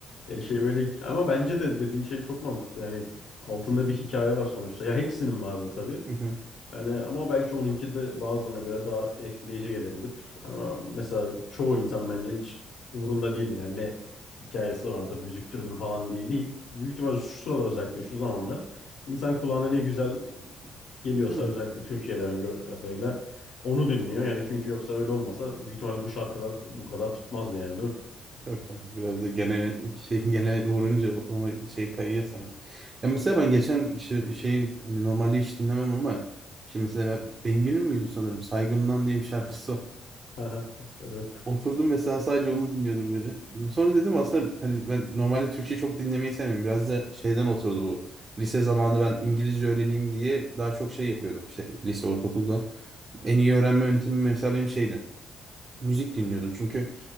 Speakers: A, on the left; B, on the right.
A: Ya şey öyle ama bence de dediğin şey çok mantıklı. Yani altında bir hikaye var sonuçta. Ya hepsinin vardır tabii.
B: Hı hı.
A: Yani ama belki onunki de bazılarına göre daha etkileyici gelebilir. Ama mesela çoğu insan bence hiç umurunda değildir. Yani ne hikayesi vardır müzik türünün falan diye değil. Büyük ihtimalle şu sıralar özellikle şu zamanlar insan kulağına ne güzel geliyorsa
B: Aynen.
A: özellikle Türkiye'de ben gördüğüm kadarıyla onu dinliyor. Yani çünkü yoksa öyle olmasa büyük ihtimalle bu şarkılar bu kadar tutmazdı yani değil mi?
B: Tabii tabii. Biraz da genel <laughs> şey genel vurunca ona şey kayıyor sanki. Ya mesela ben geçen işte şey hani normalde hiç dinlemem ama işte mesela Bengü'nün müydü sanırım Saygımdan diye bir şarkısı var.
A: <laughs> Aha, Evet.
B: <laughs> Oturdum mesela sadece onu dinliyordum böyle. Sonra dedim aslında hani ben normalde Türkçe çok dinlemeyi sevmiyorum. Biraz da şeyden oturdu bu. Lise zamanında ben İngilizce öğreneyim diye daha çok şey yapıyordum. İşte lise ortaokulda. En iyi öğrenme yöntemim mesela benim şeydi. Müzik dinliyordum. Çünkü